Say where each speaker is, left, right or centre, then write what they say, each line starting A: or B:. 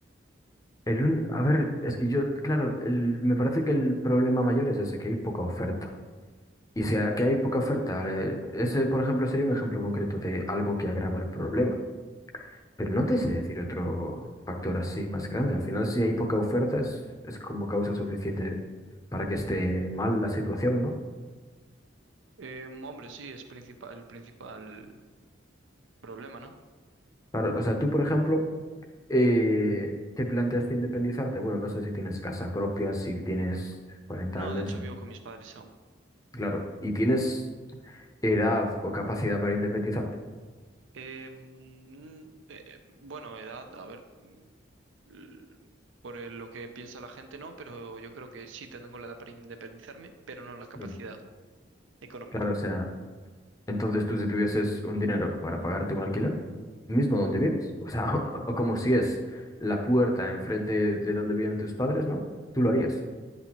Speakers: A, on the left; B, on the right.
A: el un- A ver, es que yo, claro, el- me parece que el problema mayor es ese, que hay poca oferta. Y si aquí hay poca oferta, eh, ese, por ejemplo, sería un ejemplo concreto de algo que agrava el problema. Pero no te sé decir otro factor así más grande. Al final, si hay poca oferta, es, es como causa suficiente para que esté mal la situación, ¿no?
B: Eh, hombre, sí, es principal, el principal problema, ¿no?
A: Claro, o sea, tú, por ejemplo, eh, te planteaste independizarte. Bueno, no sé si tienes casa propia, si tienes 40
B: No,
A: años,
B: de hecho vivo con mis padres aún.
A: claro, y tienes edad o capacidad para independizarte.
B: Eh, mm, eh, eh, bueno, edad, a ver, mm, l- por el- lo que piensa la gente, no, pero yo creo que sí tengo la edad para independizarme, pero no la capacidad
A: Mm.
B: económica.
A: Claro, o sea. Entonces tú si tuvieses un dinero para pagarte un alquiler, mismo donde vives, o sea, <laughs> o o como si es la puerta enfrente de donde viven tus padres, ¿no? Tú lo harías.